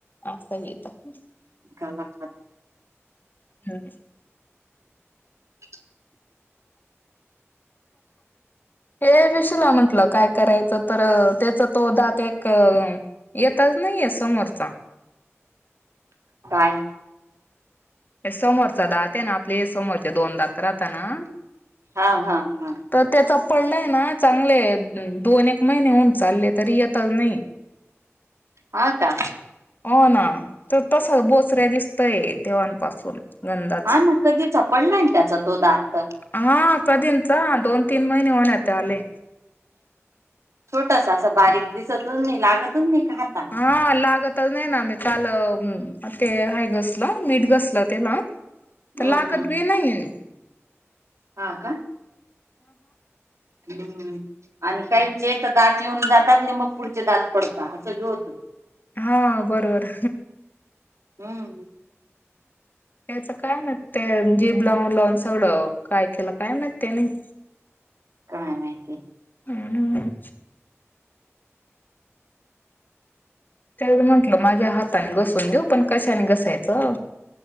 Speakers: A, on the left; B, on the right.
A: अस आहे इथं
B: काला खातात
A: हम्म
B: <inaudible>
A: हे विषूला म्हंटलं काय करायच तर त्याच तो दात एक येताच नाहीे समोरचा
B: काय
A: समोरचा दात आहे ना आपले हे समोरचे दोन दात राहत ना
B: हा हा हा
A: तर त्याचा पडलाय ना चांगले दोन एक महिने होऊन चालले तरी येतच नाहीये <inaudible>
B: हा का
A: हो ना तर तसाच बोचऱ्या दिसतय तेव्हापासून गंधाच
B: हा ना कधीचा पडलाय ना त्याचा तो दात तर
A: हा कदीचा दोन तीन महिने होण्यात आले
B: छोटसा असा बारीक दिसतून नाही लागतून नाही का हाता
A: हा लागतच नाही ना मी काल ते हा घसलं मीठ घसलं त्याला तर
B: हम्म
A: लागत
B: हम्म
A: भी नाहीये
B: हा का हम्म आणि काहीचे तर दात येऊन जातात ना मग पुढचे दात पडतात अस भी होत
A: हा बरोबर
B: हम्म
A: त्याच काय ना ते जीभ लावून लावून सगळं काय केलं काय माहीत त्याने <inaudible>
B: काय माहिती
A: हम् त्या म्हंटलं माझ्या हाताने घसून देऊ पण कशाने घसायचं